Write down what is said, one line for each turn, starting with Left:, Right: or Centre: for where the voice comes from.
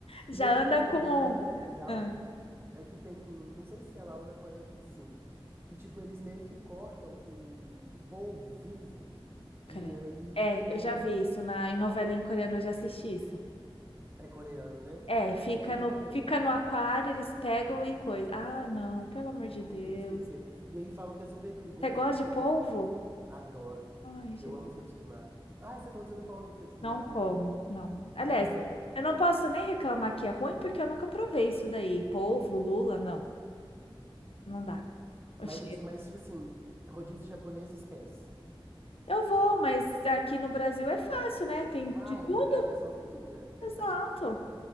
Left: Já
Right: E outra
Left: anda
Right: coisa
Left: com.
Right: que eu vi também muito legal.
Left: Ah.
Right: É que tem, um- não sei se é lá ou na Coreia do Sul, que tipo, eles meio que cortam o, o polvo vivo
Left: Credo.
Right: e aí
Left: É, eu já vi isso na, em novelinha coreana, eu já assisti isso.
Right: é coreano, né?
Left: É, fica
Right: Comeria
Left: no,
Right: também.
Left: fica no aquário, eles pegam e coisa.
Right: Isso.
Left: Ah, não, pelo amor de
Right: Comeria
Left: Deus.
Right: super. E aí falam que é super perigoso
Left: Você gosta
Right: porque
Left: de polvo?
Right: eu te- adoro.
Left: Ai, Jesus.
Right: Eu amo frutos do mar. Ah, você falou que você não come frutos do
Left: Não
Right: mar,
Left: como,
Right: né?
Left: não. Aliás,
Right: Nada, nada, nada.
Left: eu não posso nem reclamar que é ruim, porque eu nunca provei isso daí. Polvo, lula, não. Não dá. O
Right: Mas,
Left: cheiro.
Right: o ti- mas tipo assim, rodízio japonês esquece.
Left: Eu vou, mas aqui no Brasil é fácil, né? Tem
Right: Ah,
Left: de tudo.
Right: é porque no Brasil é só fritura. É-
Left: Exato.